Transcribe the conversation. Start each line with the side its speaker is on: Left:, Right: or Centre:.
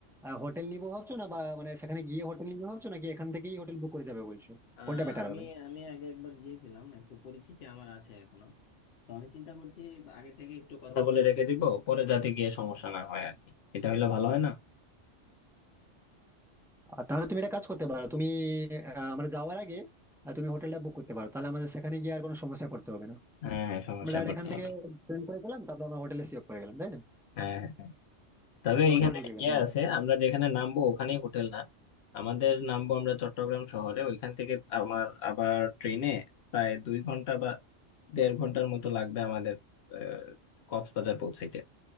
Centre: হোটেল নিবো ভাবছো না বা মানে সেখানে গিয়ে হোটেল নিবো ভাবছো নাকি এখান থেকেই হোটেল বুক করে যাবে বলছো
Left: আহ,
Centre: কোনটা বেটার
Left: আমি
Centre: হবে
Left: আমি আগে একবার গিয়েছিলাম একটু পরিচিতি আমার আছে এখনো তো আমি চিন্তা করছি আগে থেকে একটু কথা বলে রেখে দিব পরে যাতে গিয়ে সমস্যা না হয় আর কি এটা হলে ভালো হয় না
Centre: আর তাহলে তুমি একটা কাজ করতে পারো তুমি আহ, আমরা যাওয়ার আগে আহ, তুমি হোটেলটা বুক করতে পারো তাহলে আমাদের সেখানে গিয়ে আর কোনো সমস্যা করতে হবে না
Left: হ্যাঁ হ্যাঁ, সমস্যায়
Centre: আমরা ডাইরেক্ট
Left: পড়তে
Centre: এখান থেকে
Left: হবে না
Centre: ট্রেন করে গেলাম তারপর আমরা হোটেলে সিওর করে গেলাম তাই না
Left: হ্যাঁ হ্যাঁ। হ্যাঁ। তবে
Centre: হোটেলে
Left: এখানে
Centre: ঢুকে গেলাম
Left: ইয়ে
Centre: হ্যাঁ
Left: আছে আমরা যেখানে নামবো ওখানেই হোটেল না আমাদের নামবো আমরা চট্টগ্রাম শহরে ওইখান থেকে আমার আবার ট্রেনে প্রায় দুই ঘন্টা বা দেড় ঘন্টার মতো লাগবে আমাদের আহ, কক্সবাজার পৌঁছাইতে